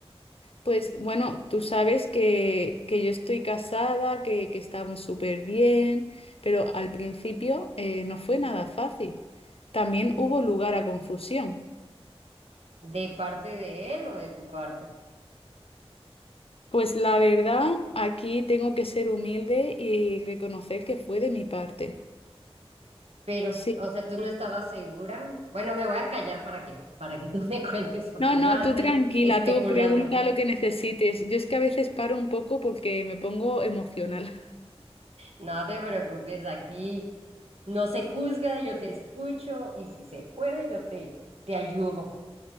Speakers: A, on the left; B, on the right.
A: Pues bueno, tú sabes que, que yo estoy casada, que, que estamos súper bien, pero al principio eh, no fue nada fácil. También hubo lugar a confusión.
B: ¿De parte de él o de tu parte?
A: Pues la verdad, aquí tengo que ser humilde y reconocer que fue de mi parte.
B: Pero,
A: Sí.
B: o sea, tú no estabas segura. Bueno, me voy a callar para qué? para que tú <laughs> me cuentes, porque
A: No,
B: yo
A: no,
B: nada
A: tú
B: estoy
A: tranquila,
B: especulando.
A: tú pregunta lo que necesites. Yo es que a veces paro un poco porque me pongo emocional.
B: No te preocupes, aquí no se juzga, yo te escucho y si se puede, yo te, te ayudo.